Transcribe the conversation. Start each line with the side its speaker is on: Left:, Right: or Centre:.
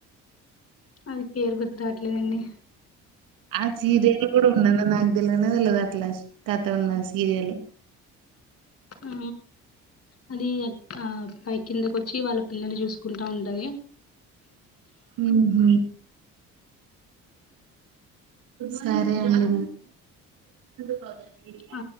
Left: అది పేరు గుర్తురాట్లేదండి
Right: ఆ సీరియల్ కూడా ఉన్నదని నాకుదెలవదు అట్లా కత ఉన్న సీరియల్
Left: ఆ అది ఆ పై కిందకి వచ్చి వాళ్ళ పిల్లలు చూసుకుంటా ఉంటది
Right: మ్ హు సరే అండి పోయిళ్ళు
Left: ఆ